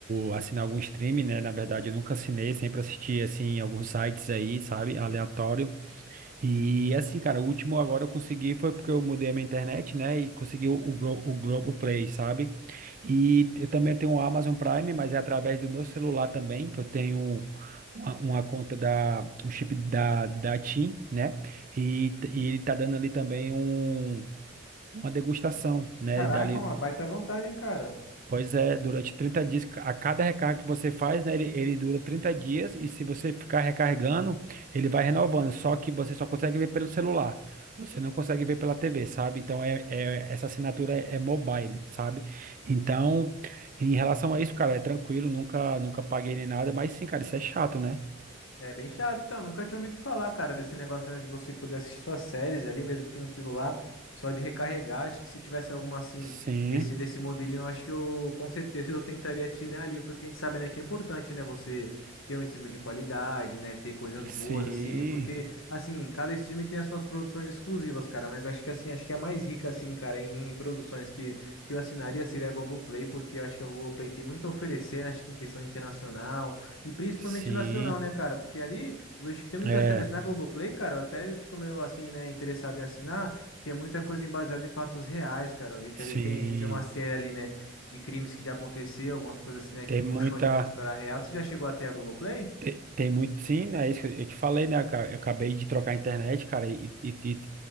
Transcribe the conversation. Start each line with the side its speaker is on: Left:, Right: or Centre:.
Right: eu assinar algum streaming, né? Na verdade, eu nunca assinei, sempre assisti assim, em alguns sites aí, sabe? Aleatório. E assim, cara, o último agora eu consegui foi porque eu mudei a minha internet, né? E consegui o, o, Glo- o Globoplay, sabe? E eu também tenho o Amazon Prime, mas é através do meu celular também, que eu tenho uma, uma conta da, um chip da, da TIM, né? E, t- e ele tá dando ali também um, uma degustação, né?
Left: Caraca,
Right: Dali
Left: uma baita vantagem, cara.
Right: Pois é, durante 30 dias, a cada recarga que você faz, né, ele, ele dura 30 dias e se você ficar recarregando, ele vai renovando, só que você só consegue ver pelo celular, você não consegue ver pela TV, sabe? Então, é, é- essa assinatura é, é mobile, sabe? Então, em relação a isso, cara, é tranquilo, nunca, nunca paguei nem nada, mas sim, cara, isso é chato, né?
Left: É bem chato, então. Nunca tinha ouvido falar, cara, desse negócio, né, de você poder assistir suas séries ali, mesmo que no celular, só de recarregar. Acho que se tivesse alguma assim,
Right: Sim,
Left: desse, desse modelinho, eu acho que eu, com certeza, <laughs> eu tentaria tirar ali, porque a gente sabe, né, que é importante, né, você ter um stream de qualidade, né, ter coisas boas,
Right: sim,
Left: assim, porque, assim, cada stream tem as suas produções exclusivas, cara, mas acho que, assim, acho que a mais rica, assim, cara, em, produções que, que eu assinaria seria a Globoplay, porque eu acho que a Globoplay tem muito a oferecer, né, acho que em questão internacional. E principalmente
Right: sim,
Left: nacional, né, cara? Porque ali, eu vejo que tem muitas
Right: é,
Left: séries na Globoplay, cara, eu até fico meio assim, né, interessado em assinar, que é muita coisa baseada em fatos reais, cara. Eu vi que
Right: sim,
Left: ele tem, tem uma série ali, né, de crimes que já aconteceu, algumas coisas assim, né, que
Right: tem
Left: puxam
Right: muita...
Left: ali pra história real. Você já chegou até a Globoplay?
Right: Te- Tem muito, sim, né? É isso que eu eu te falei, né? cara? Eu acabei de trocar a internet, cara, e, e, e,